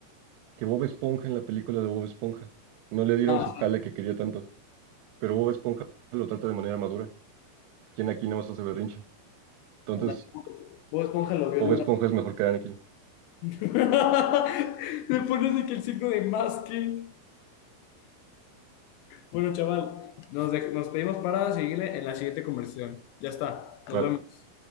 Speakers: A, on the right; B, on the left.
A: que Bob Esponja en la película de Bob Esponja. No le dieron
B: Ah,
A: su jale
B: sí.
A: que quería tanto, pero Bob Esponja lo trata de manera madura. Y Anakin nada más hace berrinche. Entonces,
B: Anda. Bob Esponja lo vio
A: Bob
B: de una
A: Esponja es mejor que Anakin.
B: <laughs> Le pones de que el signo de más que. Bueno, chaval, nos, dej- nos pedimos para seguirle en la siguiente conversación. Ya está, nos
A: Va.
B: vemos.